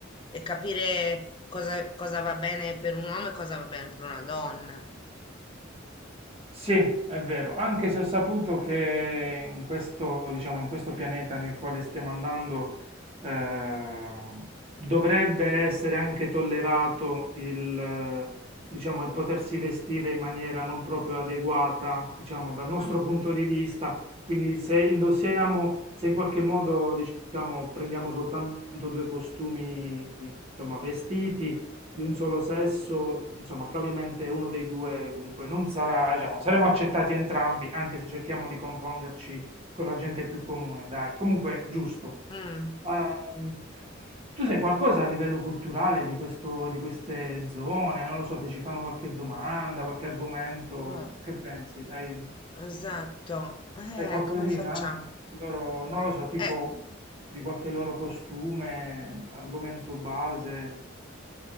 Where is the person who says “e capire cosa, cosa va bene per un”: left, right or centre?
Left